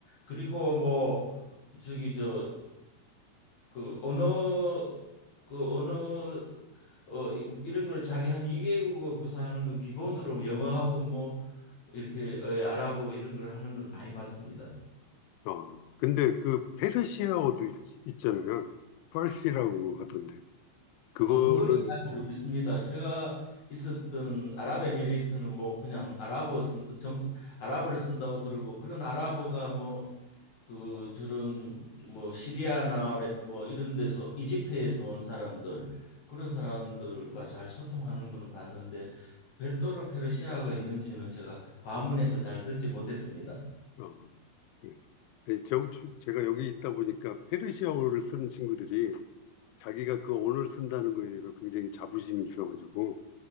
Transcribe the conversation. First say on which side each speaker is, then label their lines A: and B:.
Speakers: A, on the left; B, on the left.
A: 그리고 뭐 저기 저 그 언어 그 언어 어 이- 이런 걸 자기 한 2개국어 구사하는 건 기본으로 뭐 영어하고 뭐 이렇게 어, 아랍어 이런 걸 하는 걸 많이 봤습니다.
B: 아, 근데 그 페르시아어도 있, 잖아요 파르시라고 하던데 그거는
A: 아, 그거는 잘 모르겠습니다. 제가 있었던 아랍에미레이트는 뭐 그냥 아랍어 쓴 정, 아랍어를 쓴다고 들고 그런 아랍어가 뭐 그 저런 뭐 시리아나 레- 뭐 이런 데서 이집트에서 온 사람들 그런 사람들과 잘 소통하는 거는 봤는데 별도로 페르시아가 있는지는 제가 과문해서 잘 듣지 못했습니다.
B: 어, 네. 아니, 저, 주- 제가 여기 있다 보니까 페르시아어를 쓰는 친구들이 자기가 그 언어를 쓴다는 거에 대해서 굉장히 자부심이 있어가지고